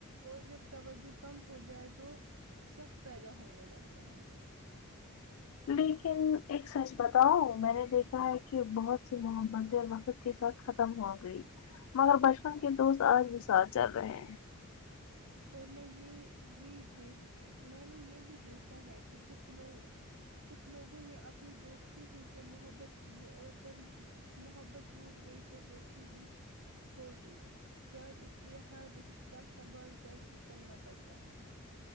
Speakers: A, on the right; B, on the left.
A: اور جب توجہ کم ہو جائے تو شک پیدا ہونے لگتا ہے
B: لیکن ایک سچ بتاؤں میں نے دیکھا ہے کہ بہت سے محبت وقت کے ساتھ ختم ہوگئی مگر بچپن کے دوست آج بھی ساتھ چل رہے ہیں
A: اور میں یہ بھی دیکھ میں نے یہ بھی دیکھا ہے کہ کچھ لوگ کچھ لوگوں نے اپنی دوستی ہی سے محبت کی اور جب امم محبت ٹوٹ گئی تو دوستی بھی کھو دیتی شاید اس لیے ہر رشتہ سنبھل کر چلنا پڑتا ہے